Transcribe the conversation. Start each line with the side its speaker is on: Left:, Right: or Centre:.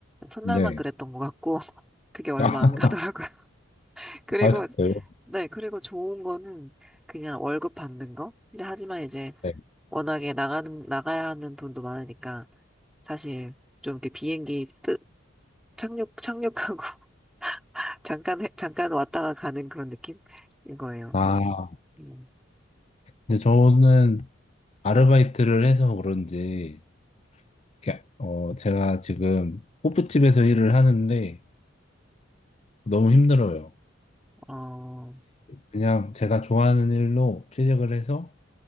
Centre: 첫날만
Left: 네.
Centre: 그랬던 것 같고, <laughs> 그게 얼마
Left: 아,
Centre: 안 가더라고요. <laughs> 그리고,
Left: 아, 진짜요?
Centre: 네, 그리고 좋은 거는 그냥 월급 받는 거? 근데 하지만 이제
Left: 네.
Centre: 워낙에 나가는, 나가야 하는 돈도 많으니까, 사실 좀 이렇게 비행기 뜨, 착륙, 착륙하고 <laughs> 잠깐, 해- 잠깐 왔다가 가는 그런 느낌인 거예요.
Left: 아,
Centre: 음.
Left: 근데 저는 아르바이트를 해서 그런지 이렇게, 어, 제가 지금 호프집에서 일을 하는데 너무 힘들어요.
Centre: 어,
Left: 그냥 제가 좋아하는 일로 취직을 해서